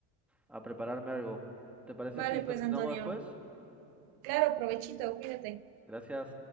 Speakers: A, in the centre; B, on the right (about 85°).
A: a prepararme algo. ¿Te parece
B: Vale,
A: si continuamos
B: pues, Antonio.
A: después?
B: Claro, provechito, cuídate.
A: Gracias.